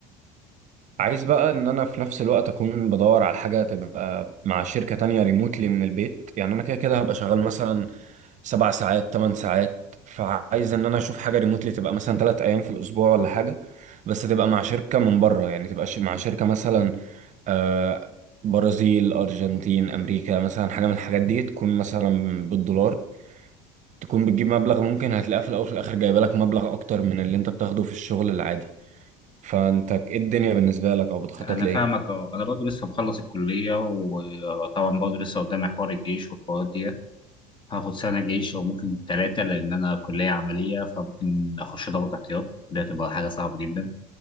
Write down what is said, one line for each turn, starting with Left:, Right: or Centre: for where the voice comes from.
Right: عايز بقى ان انا في نفس الوقت اكون بدور على حاجه تبقى مع شركه تانية ريموتلي من البيت يعني انا كده كده هبقى شغال مثلا سبع ساعات تمن ساعات فعايز ان انا اشوف حاجه ريموتلي تبقى مثلا تلات ايام في الاسبوع ولا حاجه بس تبقى مع شركه من بره يعني تبقى ش- مع شركه مثلا آه، برازيل ارجنتين امريكا مثلا حاجه من الحاجات دي تكون مثلا بالدولار تكون بتجيب مبلغ ممكن هتلاقيه في الاول وفي الاخر جايبه لك مبلغ اكتر من اللي انت بتاخده في الشغل العادي فانت ايه الدنيا بالنسبه لك او بتخطط
Left: أنا
Right: لايه
Left: فاهمك أه أنا برضه لسه مخلص الكلية وطبعا برضه لسه قدامي حوار الجيش والحوارات دي هاخد سنة جيش أو ممكن ثلاثة لأن أنا كلية عملية فممكن أخش ضابط احتياط ده تبقى حاجة صعبة جدا